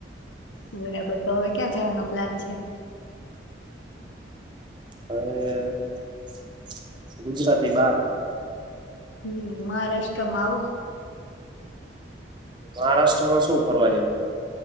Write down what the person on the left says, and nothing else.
બરાબર તો હવે ક્યાં જવાનો પ્લાન છે.
હમ મહારાષ્ટ્રમાં આવું!